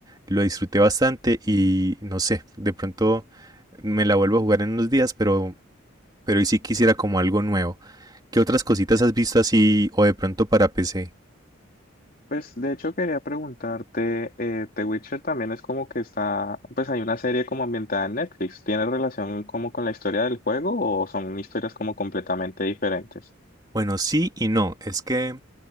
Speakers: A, on the right (about 20°); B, on the left (about 45°).
A: Lo disfruté bastante y no sé, de pronto me la vuelvo a jugar en unos días, pero, pero hoy sí quisiera como algo nuevo. ¿Qué otras cositas has visto así o de pronto para PC?
B: Pues de hecho quería preguntarte, eh, The Witcher también es como que está, pues hay una serie como ambientada en Netflix. ¿Tiene relación como con la historia del juego o son historias como completamente diferentes?
A: Bueno, sí y no. Es que